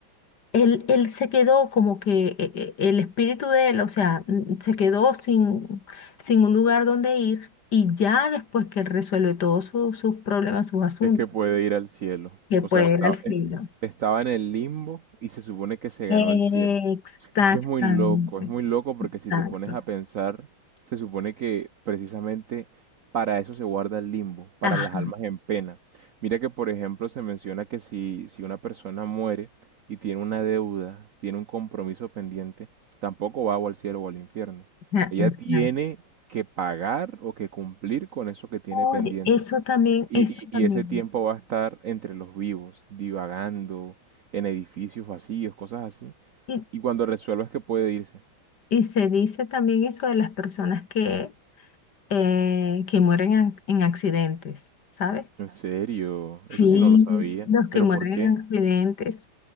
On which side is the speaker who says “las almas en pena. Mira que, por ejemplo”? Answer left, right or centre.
Right